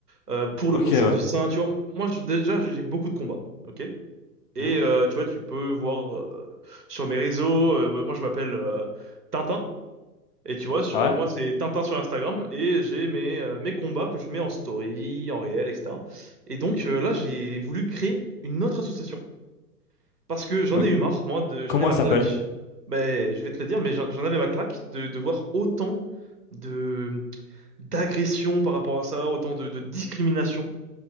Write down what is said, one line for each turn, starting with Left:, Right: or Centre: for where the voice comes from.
Right: euh, pour
Left: ok,
Right: le cancer
Left: ouais.
Right: du sein, tu vois. Moi, je- déjà, j'ai beaucoup de combats, ok? Et
Left: Hmm
Right: euh, tu vois, tu peux voir euh, sur mes réseaux, euh, bah, moi, je m'appelle euh, Tintin. Et tu vois, sur-
Left: Ouais.
Right: euh, moi, c'est Tintin sur Instagram et j'ai mes, euh, mes combats que je mets en story, en réel, etc. Et donc euh, là, j'ai voulu créer une autre association parce que j'en
Left: Ok,
Right: ai eu marre, moi, de, j'en
Left: Comment
Right: ai ma
Left: ça
Right: claque.
Left: s'appelle?
Right: Ben, je vais te le dire, mais j'en j'en avais ma claque de, de voir autant de d'agressions par rapport à ça, autant de, de discrimination.